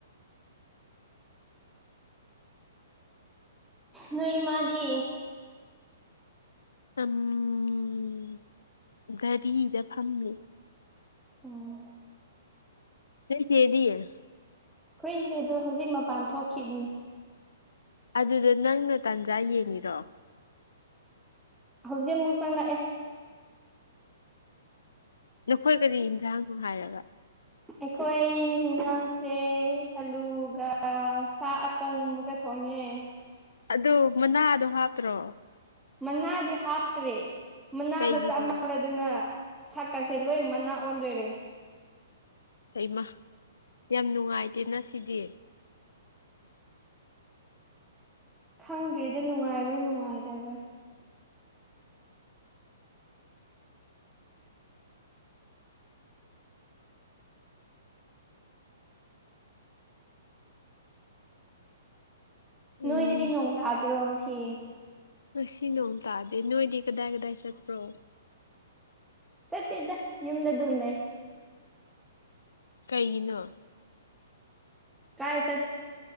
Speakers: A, in the centre; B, on the left.
A: ꯅꯣꯏ ꯏꯃꯗꯤ
B: ꯎꯝ ꯒꯥꯔꯤꯗ ꯐꯝꯃꯤ
A: ꯎꯝ
B: ꯁꯤꯦꯗꯤꯌꯦ
A: ꯍꯨꯏꯁꯦ ꯑꯗꯨꯣ ꯍꯧꯖꯤꯛ ꯃꯄꯥꯟ ꯊꯣꯛꯈꯤꯕꯈꯤꯕꯅꯤ
B: ꯑꯗꯨꯗ ꯅꯪꯅ ꯇꯥꯟꯖꯥ ꯌꯦꯡꯉꯤꯔꯛꯑꯣ
A: ꯍꯧꯖꯤꯛ ꯑꯃꯨꯛ ꯆꯪꯪꯂꯛꯑꯦ
B: ꯅꯈꯣꯏ ꯀꯔꯤ ꯌꯦꯟꯁꯥꯡꯅꯣ ꯍꯥꯏꯔꯒ
A: ꯑꯩꯈꯣꯏ ꯌꯦꯤꯟꯖꯥꯡꯁꯦ ꯑꯂꯨꯒ ꯁꯥ ꯑꯀꯪ ꯑꯃꯒ ꯊꯣꯡꯉꯦ
B: ꯑꯗꯨ ꯃꯅꯥꯗꯣ ꯍꯥꯞꯄ꯭ꯔꯣ
A: ꯃꯅꯥꯗꯤ ꯍꯥꯞꯇ꯭ꯔꯦ ꯃꯅꯥꯗꯣ
B: ꯀꯩꯒꯤꯅꯣ
A: ꯆꯞ ꯃꯥꯟꯜꯂꯗꯅ ꯁꯛꯀꯁꯦ ꯂꯣꯏ ꯃꯅꯥ ꯑꯣꯟꯗꯔꯦ
B: ꯍꯩꯃ ꯌꯥꯝ ꯅꯨꯡꯉꯥꯏꯇꯦꯅ ꯁꯤꯗꯤ
A: ꯈꯪꯗ꯭ꯔꯤꯗ ꯅꯨꯡꯉꯥꯏꯕ꯭ꯔꯥ ꯅꯨꯡꯉꯥꯏꯇꯕ꯭ꯔꯥ
B: ꯎꯝ
A: ꯅꯣꯏꯗꯗꯤ ꯅꯣꯡ ꯇꯥꯗ꯭ꯔꯣ ꯁꯤ
B: ꯉꯁꯤ ꯅꯣꯡ ꯇꯥꯗꯦ ꯅꯣꯏꯗꯤ ꯀꯗꯥꯏ ꯀꯗꯥꯏ ꯆꯠꯄ꯭ꯔꯣ
A: ꯆꯠꯇꯦꯗ ꯌꯨꯝꯗ ꯑꯗꯨꯝ ꯂꯩ
B: ꯀꯩꯒꯤꯅꯣ
A: ꯀꯥꯏ ꯆꯠ